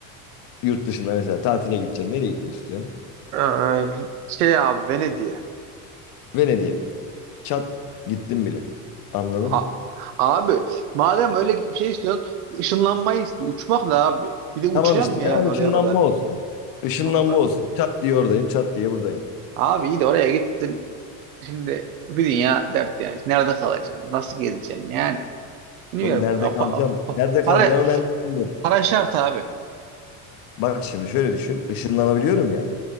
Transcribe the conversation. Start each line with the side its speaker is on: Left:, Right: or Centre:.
Left: Yurt dışında mesela tatile gideceksin. Nereye gitmek istiyorsun?
Right: Ee, şey abi Venedik'e.
Left: Venedik'e. Çat gittim bile. Anladın
Right: Ha,
Left: mı?
Right: abi madem öyle bir şey istiyorsun ışınlanmayı iste. Uçmak da abi. Bir de uçacaksın
Left: Tamam işte
Right: mı
Left: ya
Right: yani
Left: ışınlanma
Right: oraya kadar?
Left: olsun. Işınlanma
Right: Allah.
Left: olsun. Çat diye oradayım, çat diye buradayım.
Right: Abi iyi de oraya gittin. Şimdi bir dünya dert yani. Nerede kalacaksın? Nasıl gezeceksin? Yani bilmiyorum.
Left: Oğlum nerede
Right: Pa-
Left: kalacağım?
Right: pa- pa-
Left: Nerede kalacağımı
Right: para,
Left: ben düşünüyorum.
Right: para şart abi.
Left: Bak şimdi şöyle düşün. Işınlanabiliyorum ya.